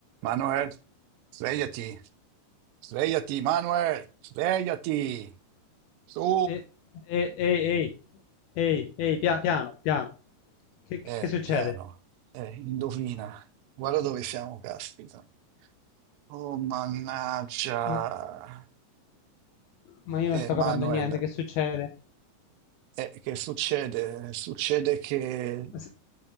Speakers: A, on the right; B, on the left.
A: Manuel, svegliati, svegliati, Manuel, svegliati. Su,
B: E- e- Ehi, ehi, ehi, ehi, pia- piano, piano. Che,
A: eh,
B: che succede?
A: piano, eh, indovina, guarda dove siamo, caspita. Oh, mannaggia.
B: Ma, ma io non
A: Eh,
B: sto
A: Manuel,
B: capendo niente, che succede?
A: eh, che succede? Succede che...
B: Ma se-